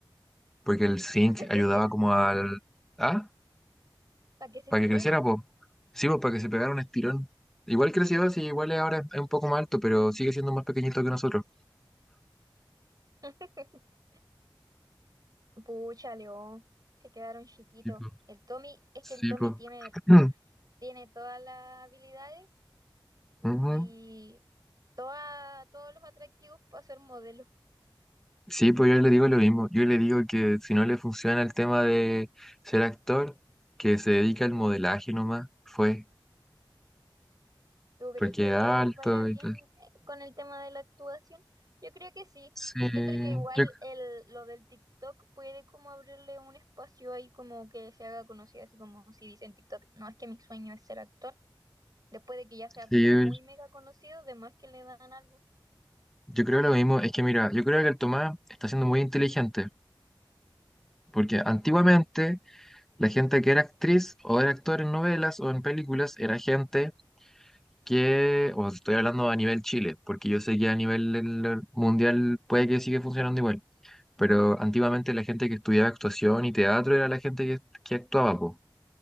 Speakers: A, in the centre; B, on the right.
A: porque el
B: <laughs>
A: zinc
B: ¿Para que
A: ayudaba
B: creciera?
A: como al... Ah,
B: ¿Para que se
A: para
B: estirara?
A: que creciera, pues. Sí, pues, para que se pegara un estirón. Igual creció, sí, igual es ahora es un poco más alto, pero sigue siendo más pequeñito que nosotros.
B: <laughs> Pucha, Leo. Se quedaron chiquitos.
A: Sí, pues.
B: El Tommy, es
A: Sí,
B: que el Tommy
A: pues.
B: tiene,
A: <clears throat>
B: tiene todas las habilidades
A: Ujú.
B: y toda- todos los atractivos para ser modelo.
A: Sí, pues yo le digo lo mismo. Yo le digo que si no le funciona el tema de ser actor, que se dedica al modelaje nomás, fue,
B: ¿Tú crees
A: porque
B: que
A: es
B: le
A: alto
B: vaya bien
A: y tal.
B: eh, con el tema de la actuación? Yo creo que sí.
A: Sí,
B: Siento que igual
A: yo,
B: el, lo del TikTok puede como abrirle un espacio ahí como que se haga conocida, así como si dice en TikTok, no es que mi sueño es ser actor. Después de que ya sea como
A: sí,
B: muy mega conocido, de más que le dan algo.
A: yo creo lo mismo. Es que mira, yo creo que el Tomás está siendo muy inteligente, porque antiguamente la gente que era actriz o era actor en novelas o en películas era gente que, o estoy hablando a nivel Chile, porque yo sé que a nivel del- mundial puede que siga funcionando igual Pero antiguamente la gente que estudiaba actuación y teatro era la gente que, que actuaba, po.